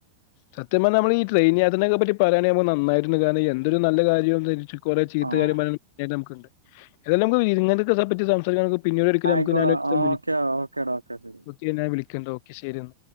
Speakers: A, on the left; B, on the right.
A: സത്യം പറഞ്ഞാ നമ്മൾ ഈ ട്രെയിൻ യാത്രനെപറ്റി പറയാണെ മ്മക്ക് നന്നായിരുന്നു കാരണം എന്തൊരു നല്ല കാര്യം <unintelligible> കുറെ ചീത്ത
B: ആഹ്
A: കാര്യോം <unintelligible> പിന്നീട് ഒരിക്കൽ
B: ആയിക്കോട്ടെ
A: നമുക്ക് ഞാനൊരീസം
B: ഓക്കെ
A: വിളിക്ക
B: ഓക്കേടാ ഓക്കെ ശരി
A: ഒക്കെ ഞാൻ വിളിക്കണ്ട് ഓക്കേ ശരി ന്ന.